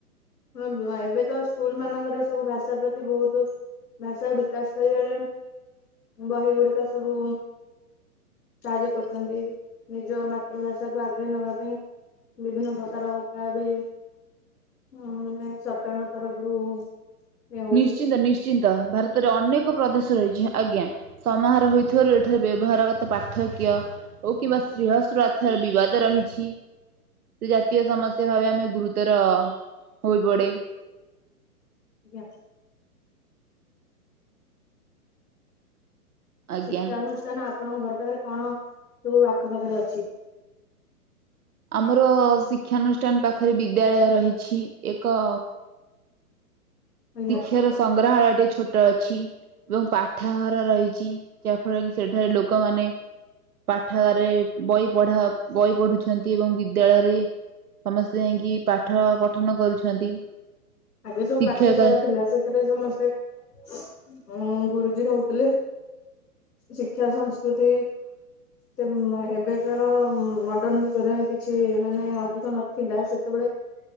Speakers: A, on the left; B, on the right.
A: ହଁ ଏବେ ତ ସ୍କୁଲମାନଙ୍କରେ ସବୁ ଭାଷା ପ୍ରତି ବହୁତ ଭାଷା ବିକାଶ କରିବାରେ ବହି ଗୁଡିକ ସବୁ ସାହାଯ୍ୟ କରୁଛନ୍ତି ନିଜ ମାତୃଭାଷାକୁ ଆଗେଇ ନବା ପାଇଁ। ବିଭିନ୍ନ ପ୍ରକାର ଉପାୟ ବି ହଁ ମାନେ ସରକାରଙ୍କ ତରଫରୁ ଇଏ ହଉଛି।
B: ନିଶ୍ଚିନ୍ତ ନିଶ୍ଚ ନିଶ୍ଚିନ୍ତ ଭାରତରେ ଅନେକ ପ୍ରଦେଶ ରହିଛି। ଆଜ୍ଞା ସମାହାର ହୋଇଥିବାରୁ ଏଠାରେ ବ୍ୟବହାର କ କଥା ପାର୍ଥକ୍ୟ ଓ କିମ୍ବା ସ୍ନେହସ୍ରଥର ବିବାଦ ରହିଛି ସେ ଜାତୀୟ ସମସ୍ୟା ଭାବେ ଆମେ ଗୁରୁତର ହୋଇ ପଡେ।
A: ଆଜ୍ଞା
B: ଆଜ୍ଞା।
A: ଶିକ୍ଷା ଅନୁଷ୍ଠାନ ଆପଣଙ୍କ ଘର ପାଖରେ କଣ ସବୁ ଆଖ ପାଖରେ ଅଛି?
B: ଆମର ଶିକ୍ଷାନୁଷ୍ଠାନ ପାଖରେ ବିଦ୍ୟାଳୟ ରହିଛି। ଏକ
A: ଆଜ୍ଞା।
B: ଶିକ୍ଷାର ସଂଗ୍ରହାଳୟଟେ ଛୋଟ ଅଛି ଏବଂ ପାଠଘର ରହି ଚି ଯାହା ଫଳରେ କି ସେଠାରେ ଲୋକମାନେ ପାଠାଗାରେ ବହି ପଢା ବହି ପଢୁଛନ୍ତି ଏବଂ ବିଦ୍ୟାଳୟରେ ସମସ୍ତେ ଯାଇକି ପାଠ ପଠନ କରୁଛନ୍ତି।
A: ଆଗେ ସବୁ
B: ଶିକ୍ଷକ
A: ପାଠ ଶାଳା ଥିଲା ସେଥିରେ ସମସ୍ତେ ଉଁ ଗୁରୁଜୀ ରହୁଥିଲେ। ଶିକ୍ଷା ସଂସ୍କୃତି ତେଵ ମେ ଏବେକାର ମଡର୍ଣ ଯୁଗରେ କିଛି ମାନେ ଅଧିକ ନ ଥିଲା ସେତେବେଳେ